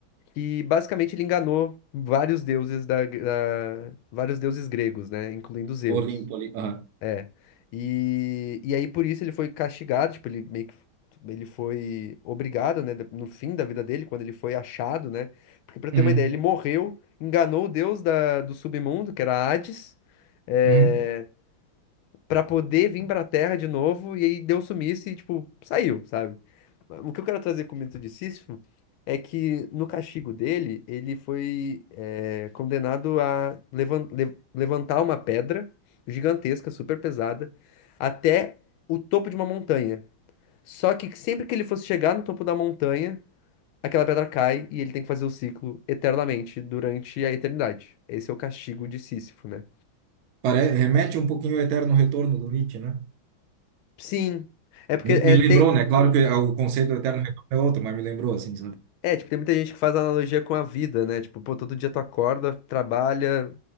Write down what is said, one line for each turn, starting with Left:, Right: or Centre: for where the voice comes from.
Left: que basicamente ele enganou vários deuses da, da- vários deuses gregos, né, incluindo Zeus.
Right: Tô limpo ali. Aham.
Left: É. E, e aí por isso ele foi castigado, tipo, ele meio que ele foi obrigado, né, no fim da vida dele, quando ele foi achado, né? Porque pra ter
Right: Uhum,
Left: uma ideia, ele morreu, enganou o deus da, do submundo, que era Hades, é,
Right: uhum.
Left: pra poder vir pra Terra de novo, e aí deu sumiço e, tipo, saiu, sabe? O que eu quero trazer com o mito de Sísifo é que no castigo dele, ele foi eh, condenado a levan- le- levantar uma pedra gigantesca, super pesada, até o topo de uma montanha. Só que sempre que ele fosse chegar no topo da montanha, aquela pedra cai e ele tem que fazer o ciclo eternamente durante a eternidade. Esse é o castigo de Sísifo, né?
Right: Pare- remete um pouquinho ao eterno retorno do Nietzsche, né?
Left: Sim, é porque
Right: Me,
Left: é,
Right: me lembrou,
Left: tem,
Right: né? Claro que o conceito do eterno retorno é outro, mas me lembrou, assim, sabe?
Left: É, tipo, tem muita gente que faz analogia com a vida, né? Tipo, pô, todo dia tu acorda, trabalha,